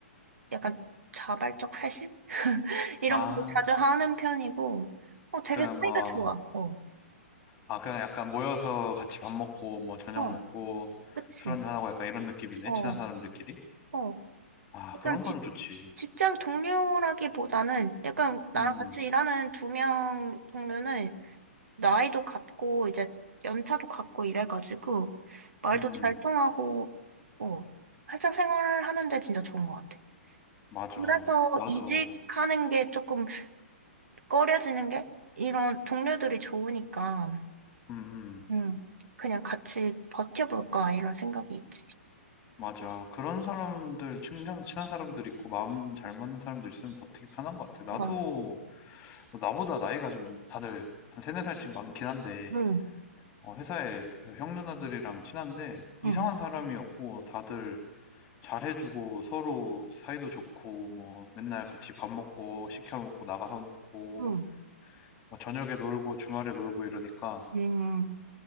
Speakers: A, on the right; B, on the left.
A: 약간 자발적 회식 <laughs> 이런
B: 아,
A: 것도 자주 하는 편이고 어 되게
B: 그냥
A: 사이가
B: 뭐,
A: 좋아. 어.
B: 아, 그냥 약간 모여서 같이 밥 먹고, 뭐, 저녁
A: 어.
B: 먹고,
A: 그치?
B: 술 한잔하고 약간 이런 느낌이네,
A: 어,
B: 친한 사람들끼리.
A: 어.
B: 아,
A: 약간
B: 그런 거는
A: 직,
B: 좋지.
A: 직장 동료라기보다는 약간 나랑
B: 음,
A: 같이 일하는 두 명 동료는 나이도 같고 이제 연차도 같고 이래가지고 말도
B: 음, 음,
A: 잘
B: 음.
A: 통하고 어, 회사 생활을 하는데 진짜 좋은 것 같아.
B: 맞아.
A: 그래서
B: 나도,
A: 이직하는 게 조금 꺼려지는 게 이런 동료들이 좋으니까
B: 음, 음.
A: 음, 그냥 같이 버텨볼까 이런 생각이 있지.
B: 맞아. 그런 사람들, 친한, 친한 사람들 있고, 마음 잘 맞는 사람들 있으면 버티기 편한 것 같아. 나도,
A: 응
B: 뭐 나보다 나이가 좀 다들 한 세네 살씩 많긴 한데,
A: 응
B: 어, 회사에 그형 누나들이랑 친한데 이상한
A: 응
B: 사람이었고 다들 잘해주고 서로 사이도 좋고 뭐 맨날 같이 밥 먹고 시켜 먹고 나가서 먹고
A: 응
B: 뭐 저녁에 놀고 주말에 놀고 이러니까
A: 응응